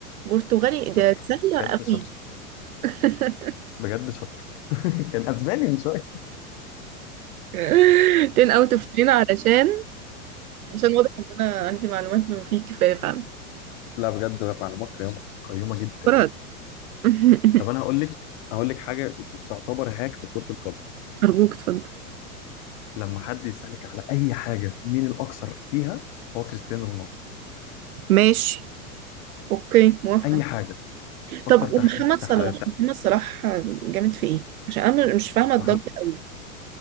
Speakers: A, on the right (about 75°); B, on the left (about 50°).
A: برتغالي ده
B: شاطر
A: سهلة
B: بجد
A: قوي
B: شاطر
A: <laughs>
B: بجد شاطر <laughs> كان اسباني من شويه
A: 10 اوت اوف 10 <laughs> علشان عشان واضح ان انا عندي معلومات بما فيه الكفاية فعلا
B: لا بجد معلومات قيمه قيمه جدا
A: فرج <laughs>
B: طب انا هقول لك هقول لك حاجه تعتبر هاك في كره القدم
A: ارجوك اتفضل
B: لما حد يسالك على اي حاجه مين الاكثر فيها هو كريستيانو رونالدو
A: ماشي اوكي موافقة
B: اي حاجه اكتر
A: طب
B: تحديد
A: ومحمد صلاح
B: تح... تح...
A: محمد صلاح جامد في ايه عشان انا مش فاهمة الضجة
B: محمد...
A: قوي